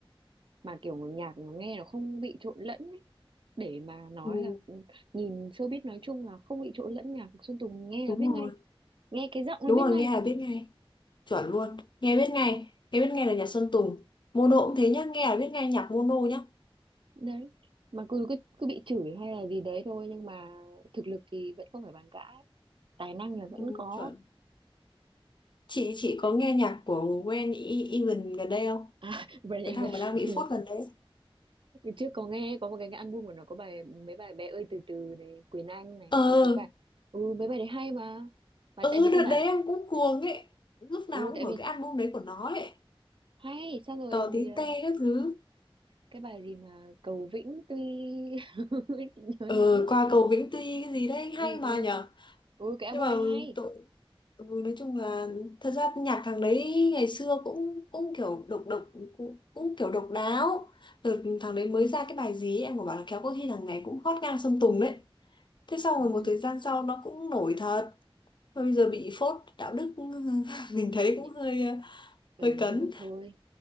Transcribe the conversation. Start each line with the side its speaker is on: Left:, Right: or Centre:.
Right: mà kiểu nhạc mà nghe nó không bị trộn lẫn ấy. để mà nói
Left: ừ,
Right: là ừ, nhìn showbiz nói chung là không bị trộn lẫn nhạc Sơn Tùng nghe
Left: đúng
Right: là biết ngay
Left: rồi
Right: nghe cái giọng là
Left: đúng
Right: biết
Left: rồi
Right: ngay
Left: nghe là biết ngay chuẩn luôn nghe biết ngay nghe biết ngay là nhạc Sơn Tùng mono cũng thế nhá nghe là biết ngay nhạc mono nhá
Right: đấy mà cứ cứ, cứ bị chửi hay là gì đấy thôi nhưng mà thực lực thì vẫn không phải bàn cãi tài năng là vẫn
Left: Ừ,
Right: có
Left: chuẩn. Chị chị có nghe nhạc của Gwen E- Egan gần đây không?
Right: à, <laughs> Brand
Left: Cái
Right: Evans
Left: thằng mà đang bị phốt gần
Right: <laughs>
Left: đấy.
Right: Ngày trước có nghe có một cái, cái album của nó có bài mấy bài bé ơi từ từ này Quyền Anh này
Left: Ờ,
Right: ừ, mấy bài ừ mấy bài đấy hay mà mà
Left: ừ
Right: tại vì
Left: đợt
Right: các bạn
Left: đấy em cũng cuồng ấy. Lúc nào
Right: ừ
Left: cũng
Right: tại
Left: mở
Right: vì
Left: cái album đấy của nó ấy.
Right: hay sao rồi
Left: Tò
Right: gì
Left: tí
Right: à,
Left: te các thứ.
Right: cái bài gì mà Cầu Vĩnh tuy <laughs> nhớ
Left: Ờ,
Right: nhớ
Left: qua cầu Vĩnh Tuy cái gì đấy
Right: ừ
Left: hay mà
Right: ừ
Left: nhở.
Right: ừ cái album
Left: Nhưng mà
Right: này hay
Left: tội ừ, nói chung là thật ra nhạc thằng đấy ngày xưa cũng cũng kiểu độc độc cũng, cũng kiểu độc đáo. Đợt thằng đấy mới ra cái bài gì ấy, em có bảo là kéo có khi thằng này cũng hot ngang Sơn Tùng đấy. Thế sau
Right: ừ,
Left: rồi một thời gian sau nó cũng nổi thật Mà bây giờ bị phốt đạo đức <laughs> mình thấy
Right: nhẹ-
Left: cũng hơi ờ,
Right: ừ
Left: hơi cấn
Right: nhưng mà thôi